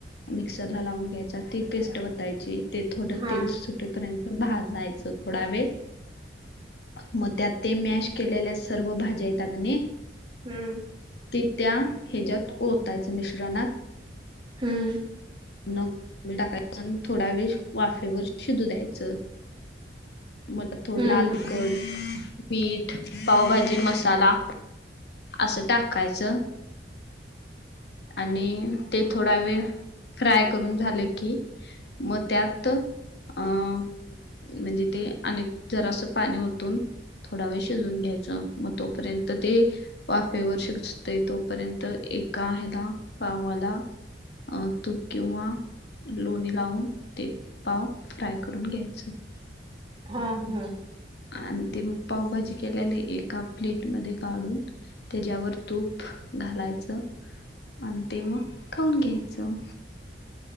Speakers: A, on the left (about 65°); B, on the right (about 25°).
A: मिक्सर ला लावून घ्यायचा ती पेस्ट ओतायची ते थोडं
B: हा
A: तेल सुटेपर्यंत भाजायचं थोडा वेळ मग त्यात ते मॅश केलेल्या सर्व भाज्या येता काणे
B: हम्म
A: त्या ह्याच्यात ओतायच मिश्रणात
B: हम्म
A: नं टाकायच आणि थोडा वेळ वाफेवर शिधू द्यायचं मग थोडं
B: हम्म
A: लाल तिकट, मीठ, पावभाजी मसाला अस टाकायच. आणि ते थोडा वेळ फ्राय करून झालं की मग त्यात अं म्हणजे ते आणि जरा असं पाणी होतून थोडा वेळ शिजवून घ्यायचं मग तोपर्यंत तर ते वाफेवर शिकते तोपर्यंत एका ह्याला पावाला अच् तूप किंवा लोणी लावून ते पाव फ्राय करून घ्यायचं
B: हा हा
A: आणि ते मग पावभाजी केलेली एप प्लेट मध्ये काढून त्याच्यावर तूप घालायचं अ ते मग खऊन घ्यायचं